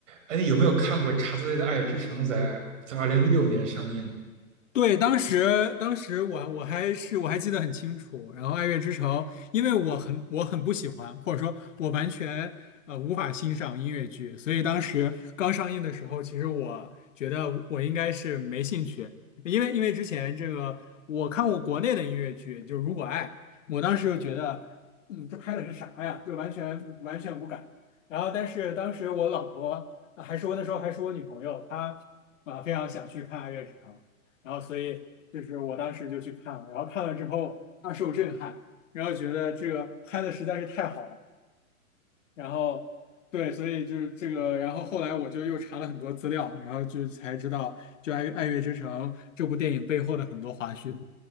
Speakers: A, on the right (about 55°); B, on the left (about 60°).
A: 哎，有没有看过《查泽雷的爱之城》在在二零一六年上映的。
B: 对，当时当时我我还是我还记得很清楚。然后《爱乐之城》，因为我很我很不喜欢，或者说我完全呃无法欣赏音乐剧，所以当时刚上映的时候，其实我觉得我应该是没兴趣，因为因为之前这个我看过国内的音乐剧，就是《如果爱》，我当时就觉得，嗯，这拍的是啥呀？就完全完全无感。然后但是当时我老婆呃还是我那时候还是我女朋友，她啊非常想去看《爱乐之城》。然后所以就是我当时就去看了，然后看了之后大受震撼，然后觉得这个拍的实在是太好了，然后对，所以就是这个，然后后来我就又查了很多资料，然后就才知道就爱爱乐之城》这部电影背后的很多花絮。